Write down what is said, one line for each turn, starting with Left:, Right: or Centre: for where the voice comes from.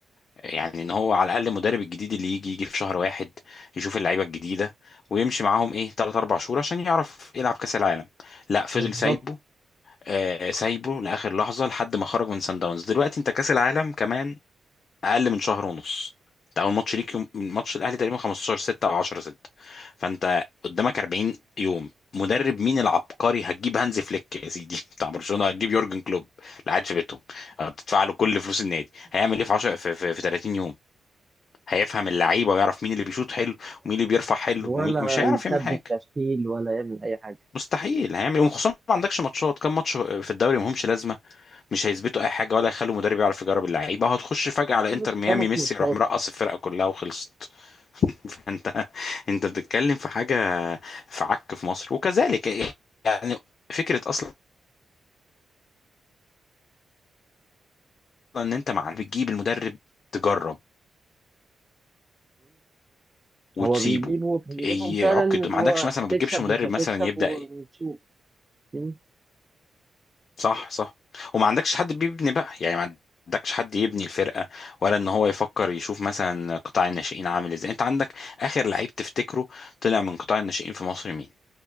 Left: يعني ان هو على الاقل المدرب الجديد اللي يجي يجي في شهر واحد يشوف اللعيبه الجديده ويمشي معاهم ايه 3 4 شهور عشان يعرف يلعب كاس العالم لا فضل
Right: بالظبط
Left: سايبه آه، سايبه لاخر لحظه لحد ما خرج من سان داونز دلوقتي انت كاس العالم كمان اقل من شهر ونص انت اول ماتش ليك يوم ماتش الاهلي تقريبا 15 6 او 10 6 فانت قدامك 40 يوم مدرب مين العبقري هتجيب هانز فليك يا سيدي <laughs> بتاع برشلونه هتجيب يورجن كلوب اللي قاعد في بيتهم بتدفع له كل فلوس النادي هيعمل ايه في 10 في, في, في 30 يوم هيفهم اللعيبه ويعرف مين اللي بيشوط حلو ومين اللي بيرفع حلو
Right: ولا
Left: ومين مش هيعرف
Right: يثبت
Left: يعمل حاجه
Right: تشكيل ولا يعمل أي حاجة
Left: مستحيل هيعمل إيه؟ وخصوصا ما عندكش ماتشات كام ماتش في الدوري ما همش لازمه مش هيثبتوا اي حاجه ولا هيخلوا المدرب يعرف يجرب اللعيبه هتخش فجاه على انتر
Right: بس
Left: ميامي
Right: خمس
Left: ميسي
Right: ماتشات
Left: يروح مرقص الفرقه كلها وخلصت <laughs> فانت انت بتتكلم في حاجه في عك في مصر وكذلك يعني فكره اصلا ان انت مع بتجيب المدرب تجرب وتسيبه
Right: هو بيجيبوا بيجيبهم
Left: يعك
Right: فعلا اللي
Left: ما
Right: هو
Left: عندكش مثلا
Right: هتكسب
Left: ما بتجيبش مدرب
Right: مش هتكسب
Left: مثلا يبدا
Right: ونشوف مم.
Left: صح صح وما عندكش حد بيبني بقى يعني ما عندكش حد يبني الفرقة ولا ان هو يفكر يشوف مثلا قطاع الناشئين عامل ازاي انت عندك اخر لعيب تفتكره طلع من قطاع الناشئين في مصر مين